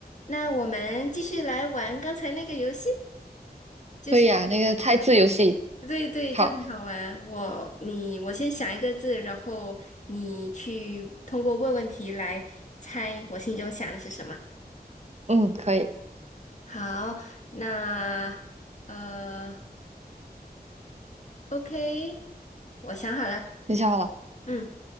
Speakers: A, on the left; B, on the right.
A: 那我们继续来玩刚才那个游戏，就是
B: 可以啊，那个猜字游戏，
A: 啊，对对，
B: 好，
A: 就很好玩。我你我先想一个字，然后你去通过问问题来猜我心中想的是什么。
B: 嗯，可以，
A: 好，那呃，OK，我想好了。
B: 你想好了？
A: 嗯，